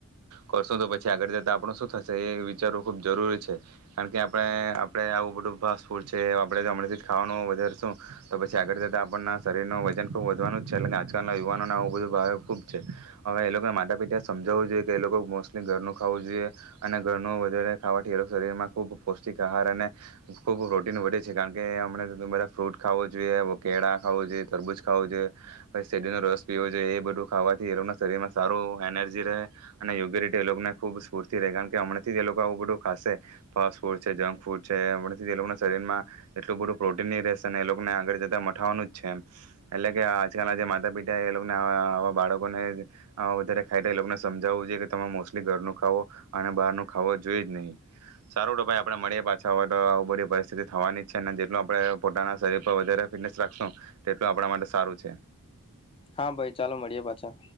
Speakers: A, on the right; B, on the left.
A: કરશું તો પછી આગળ જતા આપડ શું થશે એ વિચારવું ખુબ જરૂરી છે, કારણ કે આપડે આપડે આવું બધું ભાસ્ટ ફૂડ છે, એવું આપડે ગમડે થી જ ખાવાનું વધારશું તો પછી આગળ જતાં આપણના શરીરનું વજન ખૂબ વધવાનું જ છે એટલે કે આજકાલના યુવાનોને આવું બધું ભાવ ખૂબ છે, હવે એ લોકોને માતા પિતાએ સમજાવવું જોઈએ કે એ લોકો મોસ્ટલી ઘરનું ખાવું જોઈએ અને ઘરનું વધારે ખાવાથી એ લોકો શરીરમાં ખૂબ પૌષ્ટિક આહાર અને ખૂબ પ્રોટીન વધે છે કાળ કે હમણાં તો તમે બધા ફ્રૂટ ખાવો જોઈએ, કેળા ખાવો જોઈએ, તરબૂજ ખાવું જોઈએ પછ શેરડીનો રસ પીવો જોઈએ એ બધું ખાવાથી એ લોકો શરીરમાં સારું એનર્જી રહે અને યોગી રિટી એ લોકોને ખુબ સ્ફૂર્તી રહે, કારણ કે હમણાં થી તે લોકો આવું બધું ખાશે, ફાસ્ટ ફૂડ છે, જંક ફૂડ છે હમથી તે લોકો ના શરીરમાં એટલું બધું પ્રોટીન ની રહેશે અને એ લોકોને આગળ જતા મઠાવાનું જ છે એમ એટલે કે આજકાલના જે માતા પિતા એ લોકોને આ આવા બાળકોને વધારે ખાયતા એ લોકોને સમજાવવું જોઈએ કે તમે મોસ્ટલી ઘરનું ખાવો અને બહારનું ખાવો જોઈ જ નહી. સારું રો ભાઈ આપણેે મળીએ પાછા, હવે તો આવું બધી પરિસ્થિતિ થવાની જ છે ને આપડે પોતાના શરીર પર વધારે ફિટનેસ રાખશું, તેટલુ આપણા માટે સારું છે.
B: હા ભાઈ ચાલો મળીએ પાછા.